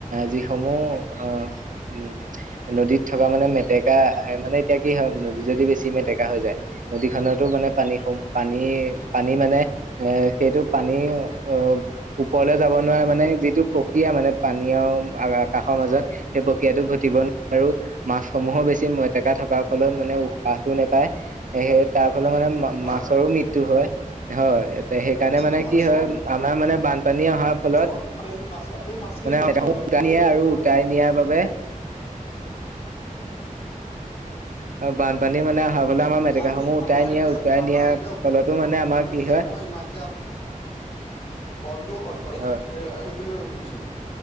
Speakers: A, on the right; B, on the left.
A: যিসমূহ আ উম। নদীত থকা মানে মেটেকা মানে, এতিয়া কি হয় নদীত যদি বেছি মেটেকা কা হৈ যায়। নদীখনতো মানে পানী হুম, পানী পানী মানে এ সেইটো পানী অ ওপৰলে যাব। নোৱাৰে মানে। যিটো প্ৰক্ৰিয়া মানে পানী আৰু আকাশৰ মাজত
B: হয়
A: সেই প্ৰক্ৰিয়াটো ঘটিব। আৰু মাছসমূহো বেছি মেটেকা থকাৰ ফলত মানে উশাহটো নেপায়। সেয়েহে তাৰ ফলত মানে
B: হয়
A: মাছৰো
B: হয়
A: মৃত্যু হয়। হয়। তে সেইকাৰণে
B: কিন্তু
A: মানে
B: মাছৰ
A: কি হয় আমাৰ মানে বানপানী অহাৰ ফলত
B: মাছৰ মাছৰ এই মাছ খিনি
A: মানে
B: মৃত্যু
A: উটাই
B: হয় মৃত্যু
A: নিয়ে
B: হৈ
A: আৰু
B: ক'ত পৰেগে
A: উটাই নিয়াৰ বাবে
B: <unintelligible>
A: বানপানী মানে অহাৰ ফলে
B: অ',
A: আমাৰ মেটেকাসমূহ
B: আমি
A: উটাই
B: আমাৰ
A: নিয়ে
B: এতিয়া
A: উটাই
B: আমাৰ
A: নিয়াৰ
B: এতিয়া উপযুক্ত
A: ফলতো মানে
B: সময়
A: আমাৰ
B: হৈ
A: কি
B: গৈছে।
A: হয়
B: মই ইমানতে কলটো অভ্যাস
A: হয়
B: ৰাখিম বুলি ভাবিছো।